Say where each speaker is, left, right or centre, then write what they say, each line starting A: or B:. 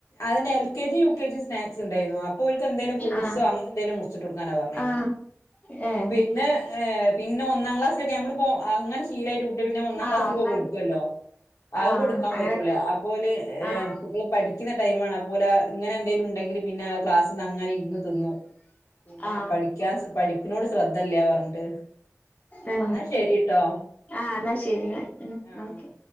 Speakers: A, on the left (about 75°); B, on the left (about 30°).
A: അതെന്നെ L K G U K G snacks ഉണ്ടായിരുന്നു. അപ്പൊ ഓൽക്കെന്തേലും ഫ്രൂട്സോ
B: ആഹ്
A: അങ്ങനെ എന്തേലും മുറിച്ചിട്ട് കൊടുക്കാനാ പറഞ്ഞിര്ന്നേ
B: ആഹ് ഏഹ്
A: പിന്നെ ഏ ഇന്നും ഒന്നാം ക്ലാസ് നമ്മിപ്പോ അങ്ങനെ ശീലമായിട്ട് കുട്ടി പിന്നെ ഒന്നാം
B: ആഹ്
A: ക്ലാസ്സിൽ
B: ഒന്നാണ്
A: പോ കൊടുക്കുവല്ലോ അത്
B: ആഹ്
A: കൊടുക്കാൻ
B: അങ്ങനെ
A: പറ്റൂല അപ്പോല്
B: ആഹ്
A: പഠിക്കുന്ന ടൈ ആമാണ് അപ്പോലെ ഇങ്ങനെ എന്തങ്കലും ഉണ്ടെങ്കിൽ പിന്നെ ക്ലാസ് നിന്ന് അങ്ങനെ ഇരുന്ന് തിന്നും പിന്നെ
B: ആ
A: പഠിക്കാൻ പഠിപ്പിനോട് ശ്രദ്ധല്ല പറഞ്ഞിട്ട്
B: ആ
A: എന്നാ ശരിട്ടോ
B: ആ എന്നാ ശരി എന്നാൽ
A: ആഹ്
B: നോക്കെ